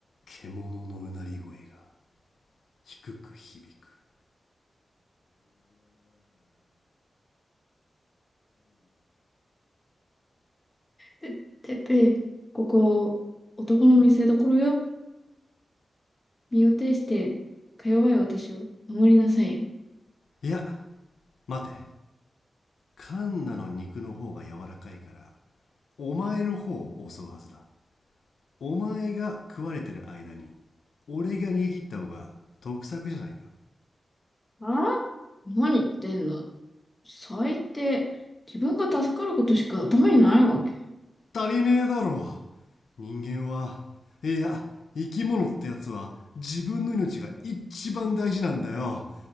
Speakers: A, on the left (about 80°); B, on the left (about 15°).
A: 獣のうなり声が低く響く
B: て、てっぺい、ここ、男の見せ所よ。身を挺して、か弱い私を守りなさい。
A: いや待てカンナの肉の方が柔らかいからお前の方を襲うはずだお前が食われてる間に俺が逃げ切った方が得策じゃないか
B: ああ何言ってんの最低。自分が助かることしか頭にないわけ。
A: 足りねえだろ人間はいや生き物ってやつは自分の命が一番大事なんだよ